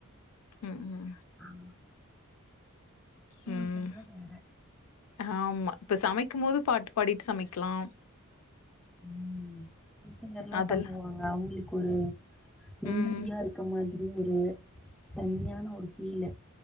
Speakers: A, on the left (about 80°); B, in the centre.
A: ம் ம்
B: அம் ஒவ்வொருத்தவங்களு
A: ம்.
B: வேற
A: ஆமா இப்ப சமைக்கும்போது பாட்டு பாடிட்டு சமைக்கலா
B: உம் புருஷங்கல்லா
A: அதெல்
B: பண்ணுவாங்க அவங்களுக்கு ஒரு நிம்மதியா
A: ம்.
B: இருக் இருக்க மாதிரியு இல்ல ஒரு தனிமையான ஒரு ஃபீலு